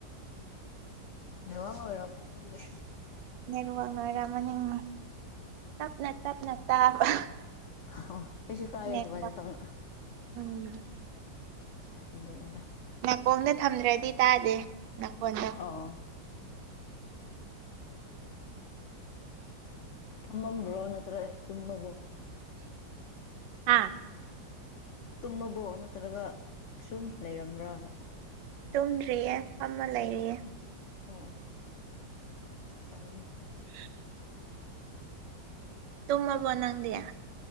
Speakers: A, on the left; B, on the right.
A: ꯋꯥ ꯑꯃ ꯑꯣꯏꯔꯃꯅꯤꯗꯗꯤ
B: ꯂꯅꯔꯝ ꯅꯤꯡ ꯇꯞꯅ ꯇꯞꯅ ꯇꯥꯕ
A: ꯑꯣ ꯄꯁꯨ ꯇ
B: ꯅꯦꯠꯋꯥꯛ
A: ꯑꯗꯨꯃꯠꯇꯅ
B: ꯎꯝ
A: ꯑꯗꯨꯗꯒꯤ ꯑꯗ
B: ꯀꯣꯡꯗ ꯊꯝꯗ꯭ꯔꯗꯤ ꯇꯥꯗꯦ ꯅꯀꯣꯟꯗꯣ
A: ꯑꯣ ꯐꯝꯃꯝꯕ꯭ꯔꯣ ꯅꯠꯇ꯭ꯔꯒ ꯇꯨꯝꯕꯕꯨꯣ
B: ꯍꯥꯥ
A: ꯇꯨꯝꯃꯕꯣ ꯅꯠꯇ꯭ꯔꯒ ꯁꯨꯝ ꯂꯩꯔꯝꯕ꯭ꯔꯕ
B: ꯇꯨꯝꯗ꯭ꯔꯤꯌꯦ ꯐꯝꯃ ꯂꯩꯔꯤꯌꯦ
A: ꯑꯣ ꯀꯩꯅ
B: <unintelligible> ꯇꯃ ꯅꯥꯗꯌꯥ